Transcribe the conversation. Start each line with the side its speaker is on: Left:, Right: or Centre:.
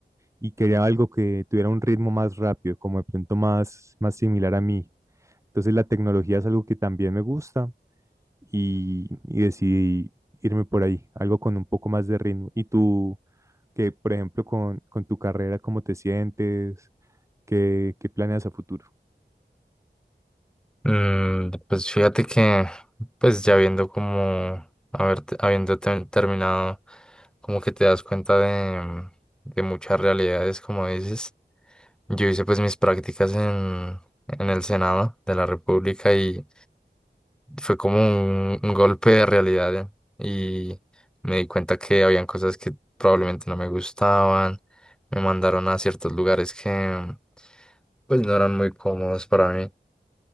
Right: y quería algo que tuviera un ritmo más rápido, como de pronto más, más similar a mí. Entonces la tecnología es algo que también me gusta y, y decidí irme por ahí, algo con un poco más de ritmo. ¿Y tú, que por ejemplo, con, con tu carrera, cómo te sientes? ¿Qué, qué planeas a futuro?
Centre: Mm, pues fíjate que, pues ya viendo como, haber, te- habiendo ter- terminado, como que te das cuenta de, de muchas realidades, como dices. Yo hice pues mis prácticas en, en el Senado de la República y fue como un, un golpe de realidad ¿eh? y me di cuenta que habían cosas que probablemente no me gustaban, me mandaron a ciertos lugares que pues no eran muy cómodos para mí